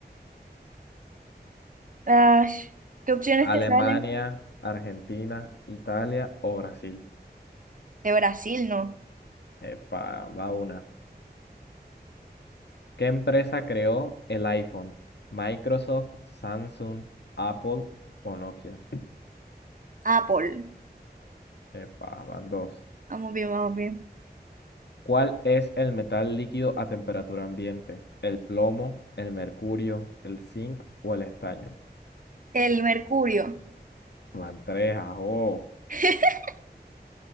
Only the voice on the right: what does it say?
Ah, ¿qué opciones
te salen?
De Brasil, no.
Apple.
Vamos bien, vamos bien.
El mercurio.
<laughs>